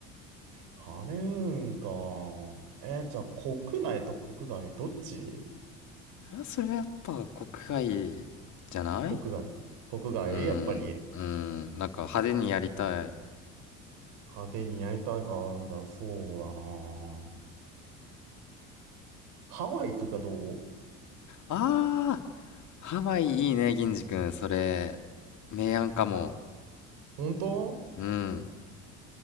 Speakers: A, on the right; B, on the left.
A: ハネムーンか。えー、じゃあ、国内と国外、どっち
B: ー、それはやっぱ国外じゃない
A: 国外。国外、
B: うん、
A: やっぱり、
B: うん、なんか派手にやりたい。
A: 派手にやりたいか。じゃあ、そうだな。ハワイとかどう
B: ああハワイいいね、銀次くん。それ、明暗かも。
A: 本当
B: うん。